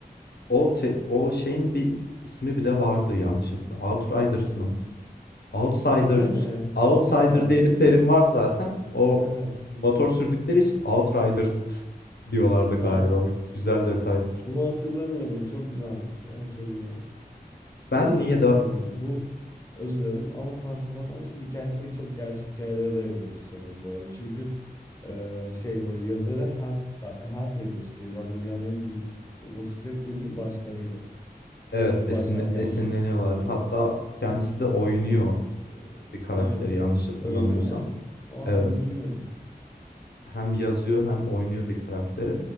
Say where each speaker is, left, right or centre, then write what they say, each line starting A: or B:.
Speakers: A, on the left (about 80°); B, on the left (about 20°).
A: O te- o şeyin bir ismi bile vardı yanlış hatırlamıyorum. Outriders mı? Outsiders,
B: Ha evet.
A: outsider
B: Outsiders.
A: diye bir terim var zaten. O
B: Evet.
A: motor sürdükleri için outriders diyorlardı galiba.
B: Aa.
A: Güzel detay.
B: Bunu hatırlamıyordum. Çok güzelmiş. Evet çok güzelmiş.
A: Ben
B: Bir de şeydi
A: niye de
B: sanırım bu özür dilerim ama Sansa van Anşin hikayesi de çok gerçek hikayelere dayanıyordu sanırım bu arada. Çünkü e, şey böyle yazarı Hells, Hells Angels diye zaten dünyanın en büyük motosiklet kulübünün başkanıydı.
A: evet
B: Eski
A: esinle-
B: başkanlığı yapmış
A: esinleniyorlar.
B: bir tipti sanki.
A: Hatta kendisi
B: Evet.
A: de oynuyor e, bir karakteri
B: Evet, evet.
A: yanlış hatırlamıyorsam.
B: Öyle mi? Aa
A: Evet.
B: bunu bilmiyordum.
A: Hem yazıyor hem oynuyor bir karakteri.